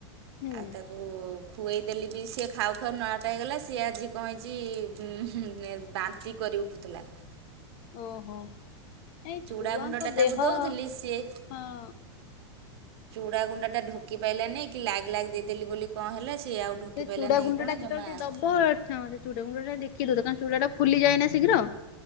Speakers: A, on the left; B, on the right.
A: ହୁଁ
B: ଆଉ ତାକୁ ଖୁ ଖୁଏଇ ଦେଲି ବି ସିଏ ଖାଉ ଖାଉ ନଅଟା ହେଇଗଲା ସିଏ ଆଜି କଣ ହେଇଛି ଉଁ ହୁଁ ହୁଁ ବା ତି କରି ଉଠୁଥିଲା।
A: ଓହୋ ଏଇ
B: ଚୁଡ଼ା
A: ଛୁଆଙ୍କ
B: ଗୁଣ୍ଡଟା ତାକୁ
A: ଦେହ
B: ଦେଉଥିଲି
A: ହଁ
B: ସିଏ ଚୁଡ଼ା ଗୁଣ୍ଡ ଟା ଢୋକି ପାଇଲାନି କି ଲାଗ୍ ଲାଗ୍ ଦେଇଦେଲି ବୋଲି କଣ ହେଲା ସିଏ ଆଉ ଢୋକି
A: ସେ
B: ପାଇଲାନି
A: ଚୁଡା ଗୁଣ୍ଡ
B: କି କଣ
A: ଟା ଯେତେବେଳେ
B: ଜମା
A: ଟିକେ ଦବ। ହଁ ସେ ଚୁଡା ଗୁଣ୍ଡଟା ଦେଖିକି ଦଉଥିବ କାରଣ ଚୁଡ଼ା ଟା ଫୁଲି ଯାଏନା ଶୀଘ୍ର